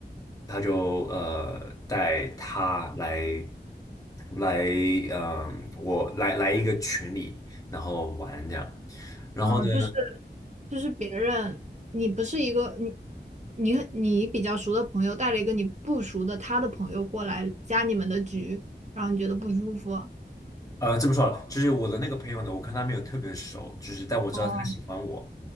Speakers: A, on the left; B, on the right.
A: 他就呃带他来来嗯、我来来一个群里，然后玩这样。然后呢，
B: 哦，就是就是别人，你不是一个你你你比较熟的朋友带了一个你不熟的他的朋友过来加你们的局，然后你觉得不舒服。
A: 呃，这么说好了就是我的那个朋友呢，我看他没有特别熟，就是但我知道他喜欢我，
B: 哦